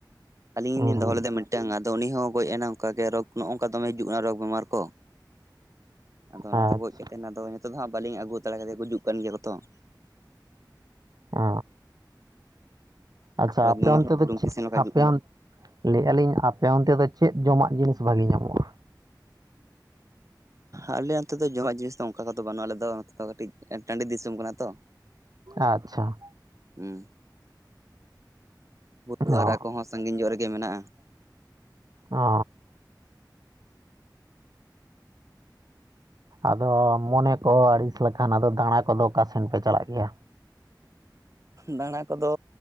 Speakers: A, on the right; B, on the right.
A: ᱟᱹᱞᱤᱧ
B: ᱦᱩᱸ᱾
A: ᱞᱤᱧ ᱫᱚᱦᱚ ᱞᱮᱫᱟ ᱭᱟ ᱢᱤᱫ ᱢᱤᱫᱴᱟᱝ ᱟᱫᱚ ᱩᱱᱤ ᱦᱚᱸ ᱜᱚᱡ ᱮᱱᱟ ᱚᱱᱠᱟ ᱜᱮ ᱨᱳᱜ ᱱᱚᱝᱠᱟ ᱫᱚᱢᱮ ᱦᱤᱡᱩᱜ ᱠᱟᱱᱟ ᱨᱳᱜᱽᱵᱤᱢᱟᱨ ᱠᱚ ᱾ ᱟᱫᱚ
B: ᱟᱪᱪᱷᱟ
A: ᱚᱱᱟᱛᱮ ᱜᱚᱡ ᱠᱟᱛᱮᱱ ᱟᱫᱚᱭ ᱱᱤᱛᱚᱜ ᱫᱚ ᱦᱟᱸᱜ ᱵᱟᱹᱞᱤᱧ ᱟᱹᱜᱩ ᱫᱟᱲᱮ ᱠᱟᱫᱮᱭᱟ ᱜᱩᱡᱩᱜ ᱠᱟᱱ ᱜᱮᱭᱟ ᱠᱚ ᱛᱚ ᱾
B: ᱚᱻ ᱟᱪᱪᱷᱟ
A: ᱨᱳᱜᱽ
B: ᱟᱯᱮ
A: ᱵᱮᱢᱟᱨ
B: ᱚᱱᱛᱮ
A: ᱦᱚᱸ
B: ᱫᱚ
A: ᱴᱩᱝᱠᱤ
B: ᱪᱮᱫ
A: ᱥᱮᱱ ᱞᱮᱠᱟ ᱦᱤᱡᱩᱜ
B: ᱟᱯᱮᱚᱱ
A: ᱠᱟᱱᱟ
B: ᱞᱟᱹᱭᱮᱫᱼᱟ ᱞᱤᱧ ᱟᱯᱮ ᱚᱱᱛᱮ ᱫᱚ ᱪᱮᱫ ᱡᱚᱢᱟᱜ ᱡᱤᱱᱤᱥ ᱵᱷᱟᱜᱤ ᱧᱟᱢᱚᱜᱼᱟ?
A: ᱟᱞᱮ ᱱᱚᱱᱛᱮ ᱫᱚ ᱡᱚᱢᱟᱜ ᱡᱤᱱᱤᱥ ᱫᱚ ᱚᱱᱠᱟ ᱠᱚᱫᱚ ᱵᱟᱹᱱᱩᱜᱼᱟ, ᱟᱞᱮ ᱫᱚ ᱠᱟᱹᱴᱤᱡ ᱴᱟᱺᱰᱤ ᱫᱤᱥᱚᱢ ᱠᱟᱱᱟ ᱛᱚ᱾
B: ᱟᱪᱪᱷᱟ ᱾
A: ᱦᱩᱸ <unintelligible>
B: ᱚ
A: ᱠᱚᱦᱚᱸ ᱥᱟᱺᱜᱤᱧ ᱧᱚᱜ ᱨᱮᱜᱮ ᱢᱮᱱᱟᱜᱼᱟ᱾
B: ᱚ ᱟᱫᱚ ᱢᱚᱱᱮ ᱠᱚᱦᱚᱸ ᱟᱹᱲᱤᱥ ᱞᱮᱠᱷᱟᱱ ᱟᱫᱚ ᱫᱟᱬᱟ ᱠᱚᱫᱚ ᱚᱠᱟ ᱥᱮᱱ ᱯᱮ ᱪᱟᱞᱟᱜ ᱜᱮᱭᱟ?
A: ᱫᱟᱬᱟ ᱠᱚᱫᱚ